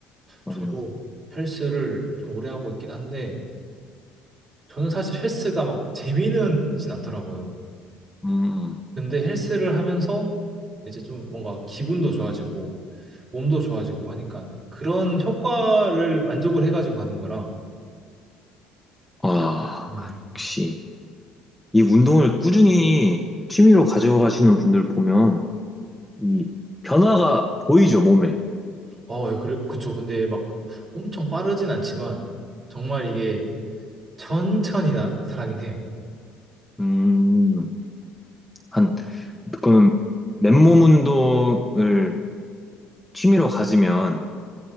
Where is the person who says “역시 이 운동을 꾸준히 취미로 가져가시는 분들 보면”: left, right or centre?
Centre